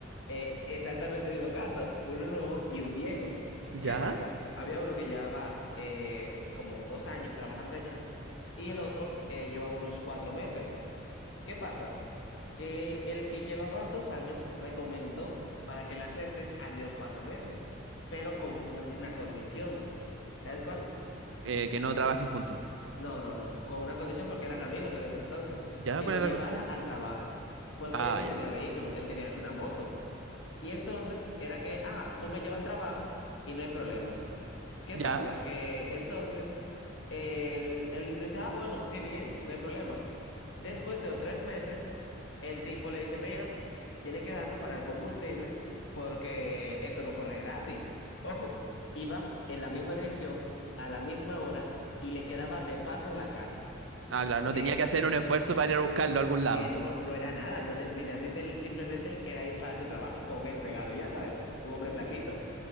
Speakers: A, on the left (about 70°); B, on the right (about 80°).
A: Eh, exactamente el mismo caso, uno nuevo y un viejo.
B: ¿Ya?
A: ¿Qué pasa? Había uno que llevaba eh, como dos años trabajando allá y el otro eh, llevaba unos cuatro meses. ¿Qué pasa? Que el que llevaba dos años recomendó para que le acepten al de los cuatro meses, pero con una, una condición. ¿Sabes cuál?
B: Eh, que no trabajen juntos.
A: No, no, no. Con una condición porque eran amigos en ese entonces,
B: ¿Ya?
A: que
B: ¿Cuál
A: lo
B: es
A: llevara
B: la condición?
A: al trabajo. Porque
B: Ah,
A: él sí
B: ya.
A: tenía vehículo, él tenía una moto. Y entonces era que, ah, tú me llevas al trabajo y no hay problema. ¿Qué
B: ¿Ya?
A: pasa? Que entonces él, él decía, ah, bueno, qué bien, no hay problema. Después de los tres meses, el tipo le dice, mira, tiene que darme para el combustible porque esto no corre gratis. Ojo, iban en la misma dirección, a la misma hora, y le quedaba de paso la casa.
B: Ah, claro, no
A: Que,
B: tenía que hacer
A: que,
B: un esfuerzo para ir a buscarlo a algún lado.
A: que no, no era nada. No te- literalmente él simplemente era ir para su trabajo con él pegado, ya sabes. Un hombre flaquito.